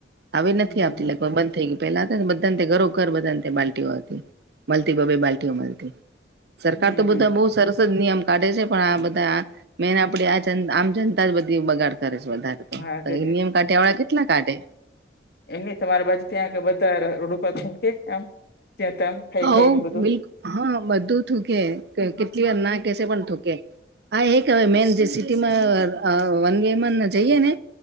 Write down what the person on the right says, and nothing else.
હવે નથી
આવતી લગભગ બ થઈ ગી પેલા હતા ને બધા ઘરો ઘર બધા ન તથા બાલ્ટીઓ આવતી મલતી બ બે બાલ્ટીઓ મલતી સરકાર
તો બધા બો સરસ જ નિયમ કાઢે છે, પણ આ
બધા આ મેન આપડે આ જન આમ જનતા જ બધી બગાડ કરે છે, વધારે તો
નિયમ કાઢ્યા વાળા કેટલા કાઢે
હવ
બિલ્ક હ બધું થૂકે કેટલી વાર ના કેશે પણ થૂકે આ એક હવે મેન જે સી ટી માં અ વન વે માંન જઈએે ને